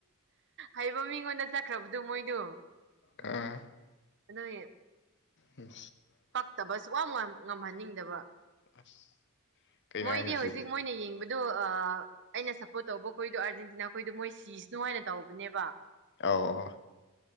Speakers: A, on the right (about 55°); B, on the left (about 55°).
A: ꯍꯩꯕ ꯃꯤꯉꯣꯟꯗ ꯆꯠꯈ꯭ꯔꯕꯗꯨ ꯃꯣꯏꯗꯨ
B: ꯑ <unintelligible>
A: ꯑꯗꯨꯒꯤ
B: ꯎꯝ
A: ꯄꯛꯇꯕ <unintelligible> ꯉꯝꯍꯟꯅꯤꯡꯗꯕ
B: ꯑꯁ ꯀꯩꯅꯣ
A: ꯃꯣꯏꯗꯤ
B: ꯍꯥꯏꯁꯤꯕꯣ ꯁꯤꯁꯦ
A: ꯍꯧꯖꯤꯛ ꯃꯣꯏꯅ ꯌꯦꯡꯕꯗꯣ ꯑ ꯑꯩꯅ ꯁꯞꯄꯣꯔꯠ ꯇꯧꯕ ꯈꯣꯏꯗꯣ ꯑꯥꯔꯖꯦꯟꯇꯤꯅꯥ ꯈꯣꯏꯗꯣ ꯃꯣꯏ ꯁꯤꯁꯅꯨ ꯍꯥꯏꯅ ꯇꯧꯕꯅꯦꯕ
B: ꯑꯧ ꯑꯧ